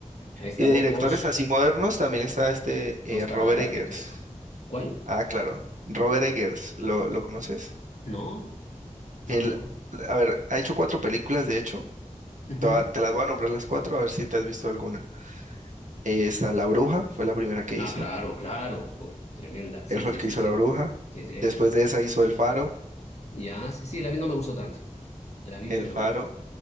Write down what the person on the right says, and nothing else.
Y de
directores
así modernos también está este eh,
Robert
Eggers.
Ah, claro. Robert Eggers, ¿lo, lo conoces?
Él,
a ver, ha hecho cuatro películas, de hecho.
Te va- te las voy a nombrar las cuatro, a ver si te has visto alguna. Eh, está La Bruja, fue la primera que
hizo.
Él fue
el que
hizo
La Bruja.
Después de esa hizo El Faro,
El
Faro.